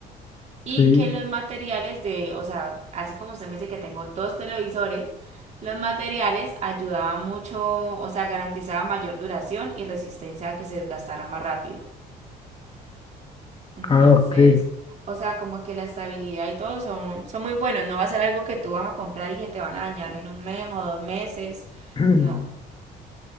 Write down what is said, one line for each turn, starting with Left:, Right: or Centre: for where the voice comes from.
Right: Y
Left: sí.
Right: que los materiales de, o sea, así como usted me dice que tengo dos televisores, los materiales ayudaban mucho, o sea, garantizaba mayor duración y resistencia a que se desgastara más rápido. Entonces,
Left: Ah, ok.
Right: o sea, como que la estabilidad y todo son, son muy buenos. No va a ser algo que tú vas a comprar y que te van a dañar en un mes o dos meses.
Left: <clears throat>
Right: No,